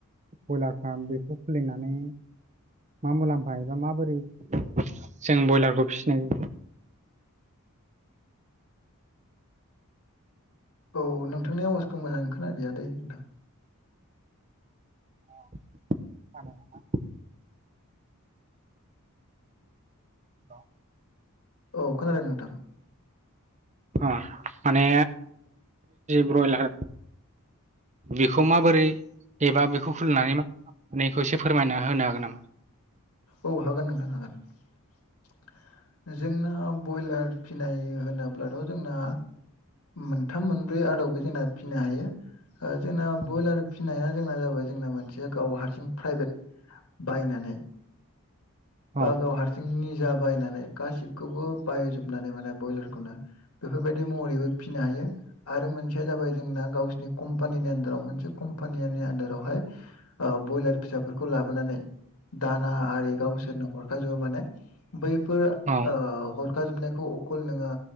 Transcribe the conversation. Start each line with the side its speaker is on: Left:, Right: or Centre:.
Right: बयलार फार्म बेखौ खुलिनानै मा मुलाम्फा एबा माबोरै जों ब्रयलारखौ फिसिनो <inaudible>
Left: औ नोंथांनि आवाजखौ मोजाङै खोनादिया दै नोंथां
Right: <inaudible> औ
Left: औ खोनादों नोंथां
Right: अ माने ब्रयलार बेखौ माबोरै एबा बेखौ खुलिनानै मा खालाम नैखौ एसे फोरमायना होनो हागोन नामा
Left: औ हागोन नोंथां हागोन जोंना ब्रयलार फिनाय होनोब्ला ब्लाथ' जोंना मोनथाम मोनब्रै आदावबो जोंना फिनो हायो जोंना
Right: औ
Left: ब्रयलार फिनाया जोंना जाबाय जोंना मोनसेया गाव हारसिं प्राइभेट बायनानै बा
Right: औ
Left: गाव हारसिंनि बायनानै गासिखौबो बायजोबनानै माने बयलारखौनो बेफोरबायदि मह फिनो हायो आरो मोनसेया जाबाय जोंना गावसिनि कम्पानिनि आनदाराव कम्पानिनि आनदारावहाय बयलार फिसाखौ बेफोरखौ लाबोनानै दाना आरि गावसोरनो हरखाजोबो माने बै बेफोर ओ
Right: औ
Left: हरखाजोबनायखौ अकल नोङो